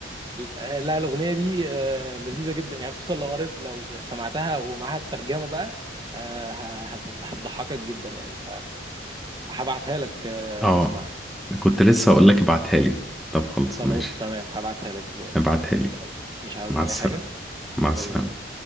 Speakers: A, on the right; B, in the centre.
A: لا الاغنيه دي آه لذيذه جدا يعني خصوصا لو قريت لو سمعتها ومعاها الترجمه بقى آه هت- هتضحكك جدا يعني فهبعتها لك آه
B: اه
A: تسمعها
B: كنت لسه اقول لك ابعتها لي طب خلص
A: خلاص
B: ماشي
A: تمام هبعتها لك دلوقتي
B: ابعتها لي
A: مش عاوز
B: مع
A: اي
B: السلامة
A: حاجه
B: مع السلامة
A: باي باي